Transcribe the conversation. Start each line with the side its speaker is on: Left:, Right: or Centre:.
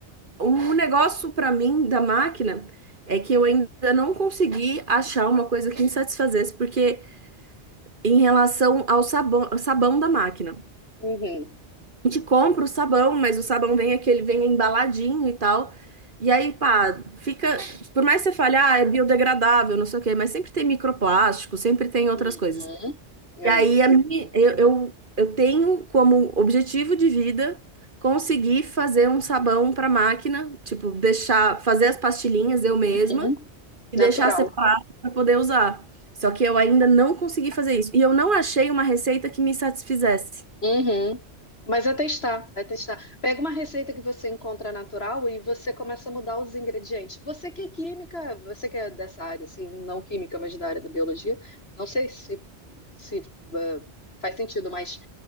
Right: O negócio pra mim da máquina é que eu ainda não consegui achar uma coisa que me satisfazesse, porque em relação ao sabão, ao sabão da máquina.
Left: Uhum.
Right: A gente compra o sabão, mas o sabão vem aquele, vem embaladinho e tal. E aí, pá, fica. Por mais que você fale, ah, é biodegradável, não sei o quê, mas sempre tem microplástico, sempre tem outras
Left: Uhum.
Right: coisas.
Left: É,
Right: E aí
Left: sim.
Right: a minha, eu, eu, eu tenho como objetivo de vida conseguir fazer um sabão para máquina, tipo, deixar, fazer as pastilhinhas eu mesma
Left: Uhum.
Right: e
Left: Natural.
Right: deixar separado para poder usar. Só que eu ainda não consegui fazer isso. E eu não achei uma receita que me satisfizesse.
Left: Uhum. Mas é testar, é testar. Pega uma receita que você encontra natural e você começa a mudar os ingredientes. Você que é química, você que é dessa área, assim, não química, mas da área da biologia, não sei se, se eh, faz sentido, mas